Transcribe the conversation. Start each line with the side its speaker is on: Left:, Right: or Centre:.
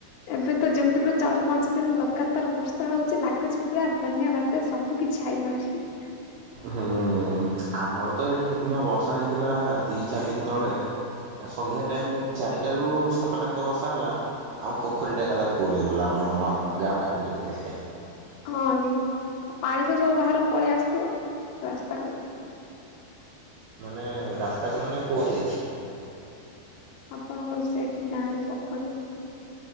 Left: ଏବେ ତ ଯେମିତି ପୁରା ଚାରି ପାଞ୍ଚ ଦିନ ଲଗାତାର ବର୍ଷା ହଉଛି ଲାଗୁଛି ପୁରା ବନ୍ୟା ବା। ବାତ୍ୟା ସବୁ କିଛି ଆଇ ବହାରି।
Right: ହୁଁ ଆମର ତ ଏଇଠି ସେଦିନ ବର୍ଷା ହେଇଥିଲା ଦି ଚାରି ଦିନ ତଳେ। ଆ ସନ୍ଧ୍ୟା ଟାଇମ ଚାରିଟାରୁ ସାତ ଟା ହାତ ବର୍ଷା ହେଲା। ଆମ ପୋଖରୀ ଟା ଏକାଥରେ ଫୁଲ୍ ହେଇଗଲା ଆମ ଗାଁ ପାଖରେ ଯୋଉ ପୋଖରୀଟା।
Left: ହଁ କି ଆଉ ପାଣି ତ ସବୁ ବାହାରକୁ ପଳେଇ ଆସୁଥିବ ରାସ୍ତାକୁ।
Right: ମାନେ ରାସ୍ତାକୁ ମାନେ କୋଉଠି।
Left: ଆପଣଙ୍କର ସେଇଠି ଗାଁ ରେ ପୋଖରୀ।